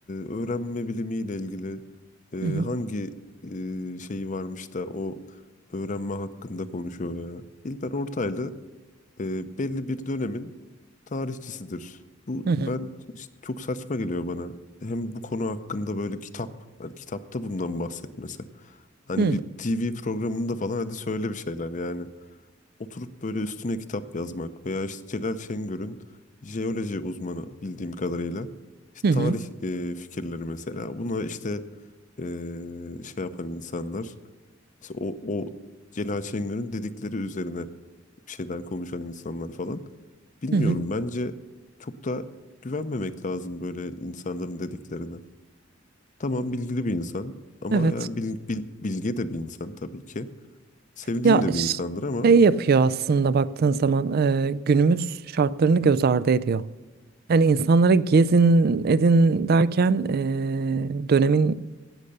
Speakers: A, on the left (about 40°); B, on the right (about 50°).
A: öğrenme bilimiyle ilgili e,
B: Hı hı,
A: hangi e, şeyi varmış da o öğrenme hakkında konuşuyor ya. İlber Ortaylı e, belli bir dönemin tarihçisidir. Bu
B: hı hı,
A: ben işte çok saçma geliyor bana. Hem bu konu hakkında böyle kitap, hani kitapta bundan bahsetmesi. Hani
B: hı hı,
A: bir TV programında falan hadi söyle bir şeyler yani. Oturup böyle üstüne kitap yazmak veya işte Celal Şengör'ün jeoloji uzmanı bildiğim kadarıyla işte
B: hı
A: tarih e, fikirleri mesela. Buna işte e, şey yapan insanlar işte o, o Celal Şengör'ün dedikleri üzerine bir şeyler konuşan insanlar falan. Bilmiyorum
B: hı. hı.
A: bence çok da güvenmemek lazım böyle insanların dediklerine. Tamam bilgili bir insan ama
B: Evet.
A: yani bil, bil- bilge de bir insan tabii ki. Sevdiğim
B: Ya
A: de
B: ş-
A: bir insandır ama
B: şey yapıyor aslında baktığın zaman e, günümüz şartlarını göz ardı ediyor. Yani insanlara gezin edin derken e, dönemin